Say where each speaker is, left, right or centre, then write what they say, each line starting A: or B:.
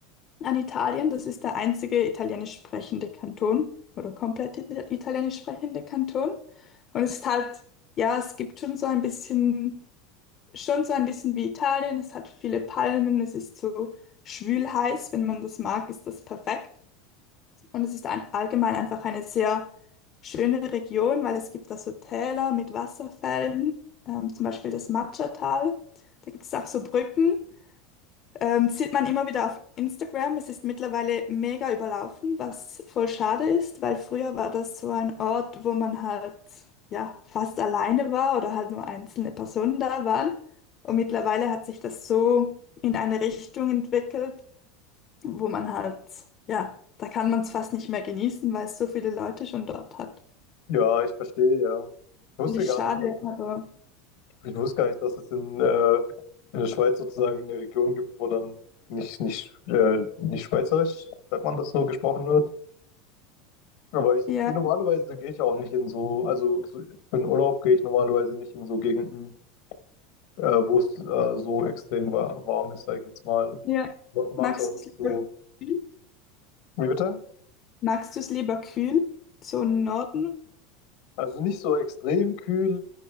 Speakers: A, on the left; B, on the left.
A: an Italien. Das ist der einzige italienisch sprechende Kanton oder komplett ita- italienisch sprechende Kanton. Und es ist halt, ja, es gibt schon so ein bisschen. schon so ein bisschen wie Italien. Es hat viele Palmen, es ist so schwül heiß. Wenn man das mag, ist das perfekt. Und es ist ein, allgemein einfach eine sehr schöne Region, weil es gibt da so Täler mit Wasserfällen, ähm, zum Beispiel das Matcha-Tal. Da gibt es auch so Brücken. Ähm, sieht man immer wieder auf Instagram. Es ist mittlerweile mega überlaufen, was voll schade ist, weil früher war das so ein Ort, wo man halt ja fast alleine war oder halt nur einzelne Personen da waren. Und mittlerweile hat sich das so in eine Richtung entwickelt, wo man halt ja, da kann man es fast nicht mehr genießen, weil es so viele Leute schon dort hat.
B: Ja, ich verstehe, ja. Ich wusste
A: Finde ich
B: gar
A: schade,
B: nicht, dass
A: aber
B: Ich wusste gar nicht, dass es in, äh, in der Schweiz sozusagen eine Region gibt, wo dann nicht, nicht, äh, nicht Schweizerisch, sagt man das nur, gesprochen wird. Aber ich,
A: ja,
B: ich gehe normalerweise, gehe ich auch nicht in so, also so, für den Urlaub gehe ich normalerweise nicht in so Gegenden, äh, wo es äh, so extrem wa- warm ist, sage ich jetzt mal.
A: ja.
B: Mag
A: Magst
B: es auch nicht
A: du es
B: so.
A: lieber kühl?
B: Wie bitte?
A: Magst du es lieber kühl? So im Norden?
B: Also nicht so extrem kühl,